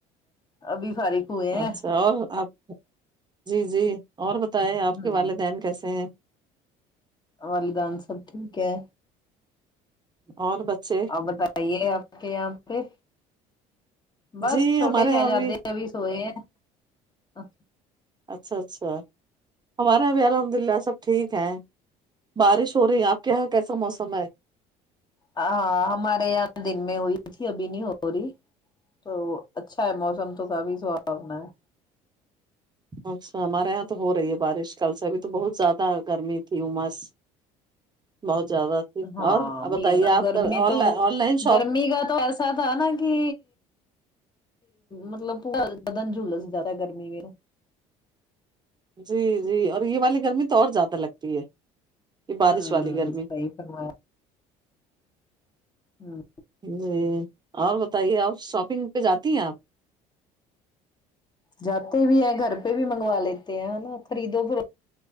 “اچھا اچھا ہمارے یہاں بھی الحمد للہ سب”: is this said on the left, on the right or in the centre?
Right